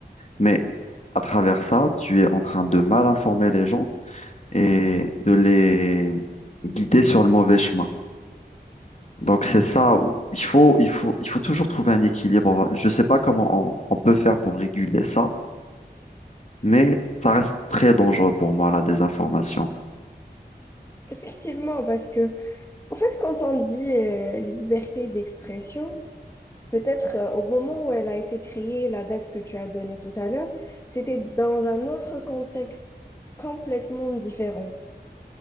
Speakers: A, on the left (about 40°); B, on the left (about 15°).
A: mais à travers ça, tu es en train de mal informer les gens et de les guider sur le mauvais chemin. Donc, c'est ça où il faut, il faut, il faut toujours trouver un équilibre. Je ne sais pas comment on, on peut faire pour réguler ça. mais ça reste très dangereux pour moi, la désinformation.
B: Effectivement, parce que En fait, quand on dit euh, liberté d'expression, peut-être euh, au moment où elle a été créée, la date que tu as donnée tout à l'heure, c'était dans un autre contexte complètement différent.